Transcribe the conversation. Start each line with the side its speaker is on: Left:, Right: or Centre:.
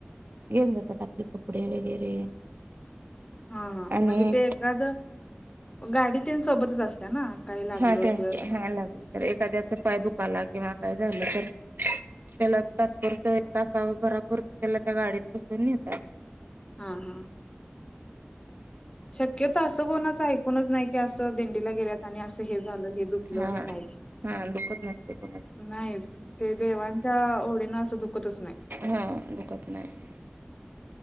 Right: घेऊन जातात आपले कपडे वगैरे.
Left: हा हा
Right: आणि
Left: म्हणजे ते एखाद गाडीतील सोबतच असत्या ना. काही लागलं
Right: हा त्यांच
Left: तर
Right: हा लागलं तर एखाद्याच पाय दुखाला किंवा काय झालं तर. त्याला तात्पुरत तासाबरापुरत त्याला त्या गाडीत बसून येतात.
Left: हा हा. शक्यत असं कोणाचं ऐकूनच नाही की असं दिंडीला गेल्यात आणि अस. हे झालं हे दुखलं
Right: हा
Left: ते नाहीच
Right: हा दुःखच नसते कोणाच.
Left: नाहीच ते देवांच्या ओळीन असं दुखतच नाही.
Right: हां दुखत नाही.